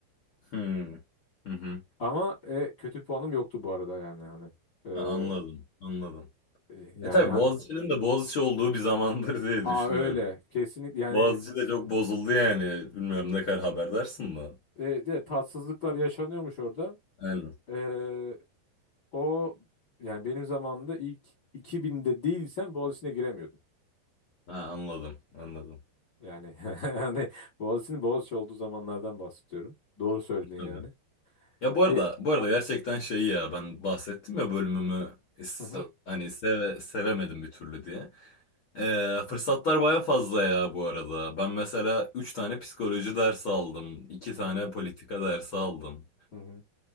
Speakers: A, on the left (about 70°); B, on the left (about 50°).
A: Hı hı. Hı hı.
B: Ama e, kötü puanım yoktu bu arada yani hani. Ee,
A: Ha, Anladım. Anladım.
B: e, yani
A: E tabii
B: hani.
A: Boğaziçi'nin de Boğaziçi olduğu bir zamandır diye
B: Aa
A: düşünüyorum.
B: öyle kesinlikle yani
A: Boğaziçi de çok bozuldu yani. Bilmiyorum ne kadar haberdarsın da.
B: e, de tatsızlıklar yaşanıyormuş orada.
A: Aynen.
B: E, o yani benim zamanımda ilk 2000'de değilsen Boğaziçi'ne giremiyordun.
A: Ha, anladım. Anladım.
B: Yani <laughs> hani Boğaziçi'nin Boğaziçi olduğu zamanlardan bahsediyorum. Doğru söyledin yani.
A: Tabii. Ya bu arada
B: E,
A: bu arada gerçekten şey ya ben bahsettim ya bölümümü is-
B: hı hı,
A: hani seve, sevemedim bir türlü diye. Ee, fırsatlar baya fazla ya bu arada. Ben mesela 3 tane psikoloji dersi aldım. iki tane
B: hı hı,
A: politika dersi aldım.
B: hı hı,